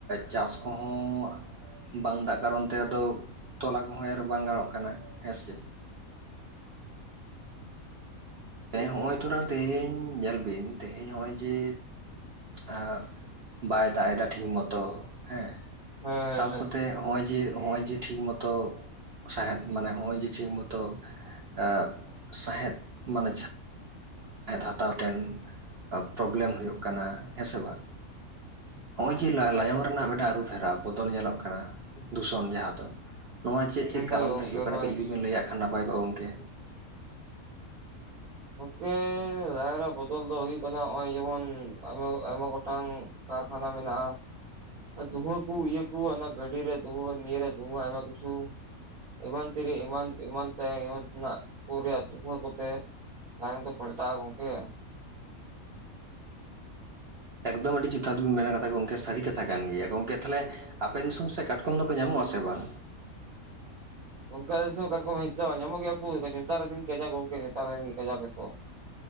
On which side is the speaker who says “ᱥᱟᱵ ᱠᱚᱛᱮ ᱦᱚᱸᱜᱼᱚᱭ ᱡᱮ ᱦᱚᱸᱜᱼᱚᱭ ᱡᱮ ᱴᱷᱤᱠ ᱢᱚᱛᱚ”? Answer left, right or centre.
Right